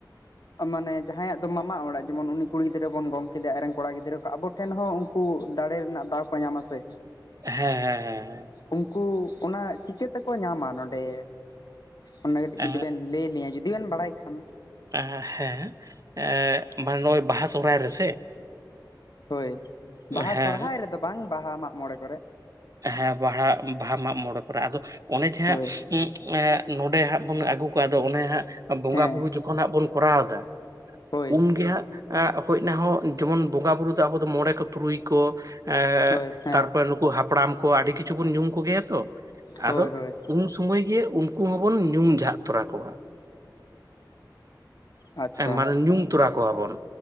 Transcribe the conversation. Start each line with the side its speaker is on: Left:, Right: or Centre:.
Left: ᱢᱟᱱᱮ ᱡᱟᱦᱟᱸᱭᱟᱜ ᱫᱚ ᱢᱟᱢᱟ ᱚᱲᱟᱜ ᱡᱮᱢᱚᱱ ᱩᱱᱤ ᱠᱩᱲᱤ ᱜᱤᱫᱽᱨᱟᱹ ᱵᱚᱱ ᱜᱚᱝ ᱠᱮᱫᱮᱭᱟ ᱟᱡᱨᱮᱱ ᱠᱚᱲᱟ ᱜᱤᱫᱽᱨᱟᱹ ᱠᱚ ᱟᱵᱚ ᱴᱷᱮᱱ ᱦᱚᱸ ᱩᱱᱠᱩ ᱫᱟᱲᱮ ᱨᱮᱱᱟᱜ ᱫᱟᱣ ᱠᱚ ᱧᱟᱢᱟ ᱥᱮ᱾
Right: ᱦᱮᱸ ᱦᱮᱸ ᱦᱮᱸ ᱦᱮᱸ᱾
Left: ᱩᱱᱠᱩ ᱚᱱᱟ ᱪᱤᱠᱟᱹ ᱛᱮᱠᱚ ᱧᱟᱢᱟ ᱱᱚᱰᱮ᱾ ᱚᱱᱟ ᱠᱟᱹᱴᱤᱡ
Right: ᱮᱸ
Left: ᱡᱩᱫᱤ ᱵᱮᱱ ᱞᱟᱹᱭ ᱟᱹᱞᱤᱧᱟᱹ ᱡᱩᱫᱤ ᱵᱮᱱ ᱵᱟᱲᱟᱭ ᱠᱷᱟᱱ᱾
Right: ᱮ ᱦᱮᱸ ᱮᱸ ᱵᱟ ᱱᱚᱜᱼᱚᱭ ᱵᱟᱦᱟ ᱥᱚᱦᱚᱨᱟᱭ ᱨᱮᱥᱮ
Left: ᱦᱳᱭ ᱵᱟᱦᱟ
Right: ᱦᱮᱸ
Left: ᱥᱚᱨᱦᱟᱭ ᱨᱮᱫᱚ ᱵᱟᱝ ᱵᱟᱦᱟ ᱢᱟᱜ ᱢᱚᱬᱮ ᱠᱚᱨᱮᱜ᱾
Right: ᱦᱮᱸ ᱵᱟᱦᱲᱟ ᱵᱟᱦᱟ ᱢᱟᱜ ᱢᱚᱬᱮ ᱠᱚᱨᱮ, ᱟᱫᱚ ᱚᱱᱮ ᱡᱮ ᱦᱟᱸᱜ
Left: ᱦᱳᱭ
Right: ᱩᱸᱜ ᱮᱸᱜ ᱱᱚᱸᱰᱮ ᱦᱟᱸᱜ ᱵᱚᱱ ᱟᱹᱜᱩ ᱠᱚᱭᱟ ᱟᱫᱚ ᱚᱱᱮ ᱦᱟᱸᱜ ᱵᱚᱸᱜᱟ
Left: ᱦᱮᱸ
Right: ᱵᱩᱨᱩ ᱡᱚᱠᱷᱚᱱ ᱦᱟᱸᱜ ᱵᱚᱱ ᱠᱚᱨᱟᱣᱫᱟ
Left: ᱦᱳᱭ
Right: ᱩᱱᱜᱮ ᱦᱟᱸᱜ ᱮᱸᱜ ᱦᱳᱭ ᱚᱱᱟ ᱦᱚᱸ ᱡᱮᱢᱚᱱ ᱵᱚᱸᱜᱟ ᱵᱩᱨᱩ ᱫᱚ ᱟᱵᱚ ᱫᱚ ᱢᱚᱬᱮ ᱠᱚ ᱛᱩᱨᱩᱭ ᱠᱚ ᱮᱸᱜ
Left: ᱦᱳᱭ ᱦᱮᱸ
Right: ᱛᱟᱨᱯᱚᱨᱮ ᱱᱩᱠ ᱠᱚ ᱦᱟᱯᱲᱟᱢ ᱠᱚ ᱟᱹᱰᱤ ᱠᱤᱪᱷᱩ ᱵᱚᱱ ᱧᱩᱢ ᱠᱚᱜᱮᱭᱟ ᱛᱚ
Left: ᱦᱳᱭ
Right: ᱟᱫᱚ
Left: ᱦᱳᱭ
Right: ᱩᱱ ᱥᱩᱢᱟᱹᱭ ᱜᱮ ᱩᱱᱠᱩ ᱦᱚᱸᱵᱚᱱ ᱧᱩᱢ ᱡᱷᱟᱜ ᱛᱚᱨᱟ ᱠᱚᱣᱟ᱾
Left: ᱟᱪᱪᱷᱟ
Right: ᱦᱮᱸ ᱢᱟᱱᱮ ᱧᱩᱢ ᱛᱚᱨᱟ ᱠᱚᱣᱟᱵᱚᱱ᱾